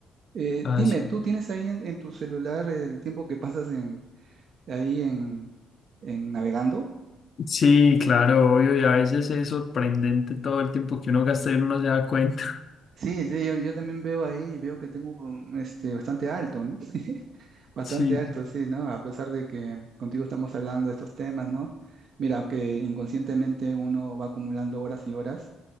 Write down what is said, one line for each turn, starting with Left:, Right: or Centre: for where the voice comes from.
Right: Eh,
Left: Así
Right: dime, ¿tú tienes ahí en, en tu celular el tiempo que pasas en, ahí en, en navegando?
Left: Sí, claro, obvio, y a veces es sorprendente todo el tiempo que uno gasta y uno no se da cuenta.
Right: Sí, sí, yo, yo también veo ahí, veo que tengo um, este, bastante alto, ¿no? Bastante
Left: <laughs>
Right: alto,
Left: Sí,
Right: sí, ¿no? A pesar de que contigo estamos hablando de estos temas, ¿no? Mira, que inconscientemente uno va acumulando horas y horas